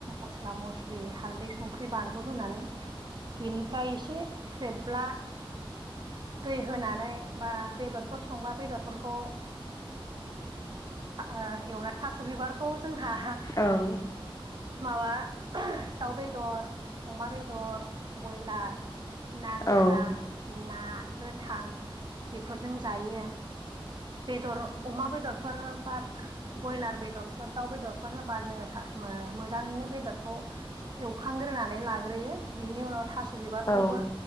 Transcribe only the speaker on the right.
मस्ला मस्लि हालदै संख्रि बानलु होनानै बेनिफ्राय एसे रेबब्ला दै होनानै बा बेदरफोर संबा बेदरफोरखौ ओ एवना थास' बिबारखौ जोंहा हा
माबा दाउ बेदर अमा बेदर ब्रयलार ना
गोरान ना गोथां बेफोरजों जायो। बेदर अमा बेदरफोर बा ब्रयलार बेदरफोर दाउ बेदरफोर होबा था-ओम जोङो मोजाङैनो बेदरखौ एवखांग्रोनानै लाग्रोयो बिनि उनाव थास' बिबारखौबो